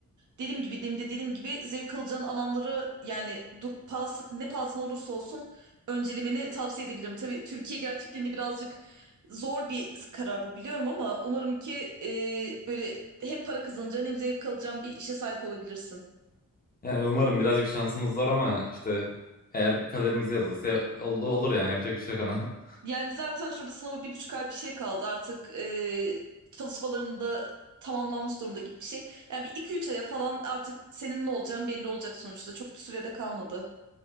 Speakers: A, on the right; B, on the left.
A: dediğim gibi demin de dediğim gibi zevk alacağın alanları yani dur, pahası- ne pahasına olursa olsun öncelemeni tavsiye edebilirim. Tabii Türkiye gerçekliğinde birazcık Zor bir karar bu biliyorum ama umarım ki e, böyle hem para kazanacağın hem zevk alacağın bir işe sahip olabilirsin.
B: Yani umarım birazcık şansımız var ama işte eğer kaderimize yazılırsa ol- olur yani yapacak bir şey yok ona. <laughs>
A: Yani zaten şurada sınava bir buçuk ay bir şey kaldı artık e, çalışmaların da tamamlanmış durumda gibi bir şey. Yani bir iki üç aya falan artık senin ne olacağın belli olacak sonuçta. Çok bir sürede kalmadı.